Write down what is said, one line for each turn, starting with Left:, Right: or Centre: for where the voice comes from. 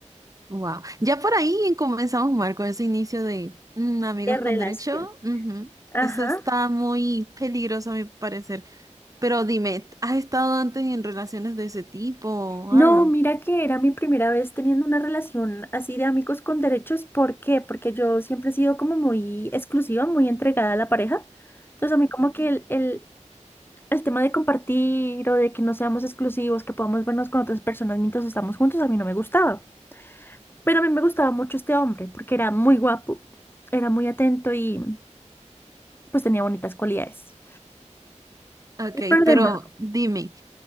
Right: wow. Ya por ahí comenzamos mal con ese inicio de mm, amigos
Left: de relación.
Right: con derecho. Ujú.
Left: Ajá.
Right: Eso está muy peligroso a mi parecer. Pero dime, ¿has estado antes en relaciones de ese tipo o
Left: No,
Right: algo?
Left: mira que era mi primera vez teniendo una relación así de amigos con derechos. ¿Por qué? Porque yo siempre he sido como muy exclusiva, muy entregada a la pareja. Entonces a mí como que el, el- el tema de compartir o de que no seamos exclusivos, que podamos vernos con otras personas mientras estamos juntos, a mí no me gustaba. Pero a mí me gustaba mucho este hombre porque era muy guapo, era muy atento y pues tenía bonitas cualidades.
Right: Ok,
Left: El problema,
Right: pero dime,